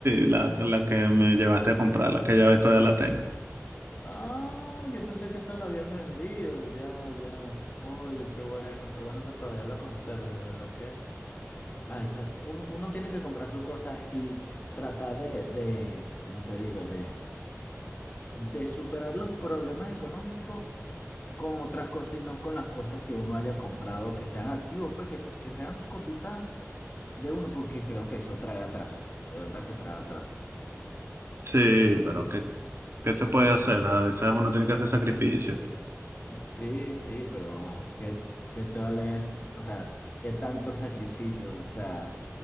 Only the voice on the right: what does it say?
la, la que me llevaste a comprar, la que ya ves todavía la tengo.
Sí, pero ¿qué, qué se puede hacer? A veces uno tiene que hacer sacrificios.